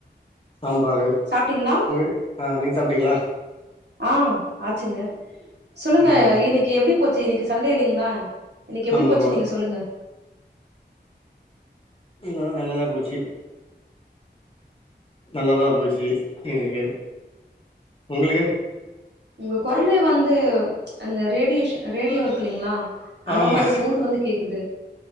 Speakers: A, on the left; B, on the right.
A: சாம்பாரு
B: சாப்ட்டீங்களா
A: உங்க ஆ நீங்க சாப்டீங்ளா?
B: ஆ ஆச்சுங்க சொல்லுங்க
A: ஆ ஓகே
B: இன்னைக்கு
A: ஓகே
B: எப்டி போச்சு இன்னைக்கு சன்டே இல்லிங்ளா இன்னைக்கு எப்டி
A: ஆமாமா
B: போச்சு நீங்க சொல்லுங்க
A: நா நல்லதா போச்சு நல்லதா போச்சு எங்களுக்கு உங்களுக்கு
B: உங்க குரல்லே வந்து அந்த ரேடியேஷன் ரேடியோ இருக்கு இல்லைங்களா அந்த
A: ஆமா
B: மாரி சவுண்ட் வந்து கேக்குது